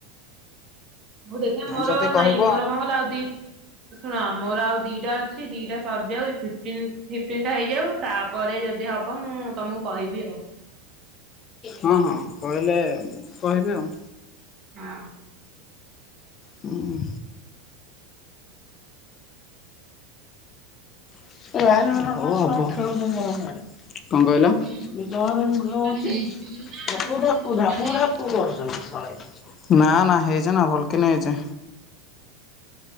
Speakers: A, on the right; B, on the left.
A: ହଉ ଦେଖିବା ମୋର
B: ଯଦି
A: ନାଇଁ,
B: କହିବ
A: ମୋର କଣ ହେଲା ଆଉ ଦି ଶୁଣ ମୋର ଆଉ ଦିଟା ଅଛି ଦିଟା ସରିଯାଉ ଫିଫ୍ଟିନ୍ ଫିଫ୍ଟିନ। ହେଇଯାଉ, ତାପରେ ଯଦି ହବ ମୁଁ ତମକୁ କହିବି ଆଉ।
B: ହଁ ହଁ କହିଲେ କହିବି ଆଉ।
A: <unintelligible>
B: ହୁଁ <unintelligible> କଣ
A: କହିଲି ବର୍ଷ
B: କହିଲ
A: ମୁଁ କହିଲି
B: <unintelligible>
A: ମୁଁ
B: ବିଜନ୍ଦ
A: କହିଲି ବର୍ଷା
B: ରହୁଛି
A: ତାହେଲେ ହେଇଛି ଜୋରେ ନା
B: ବୁ
A: ସେଇ
B: ବୁଢ
A: ନର୍ମାଲି
B: ବୁଢା ପୁଅ
A: ହେଇଛି?
B: କରଛନ୍ତିଳେ ନା ନା ହେଇଛ ନା ଭଲକେ ନେଇ ହେଇଛେ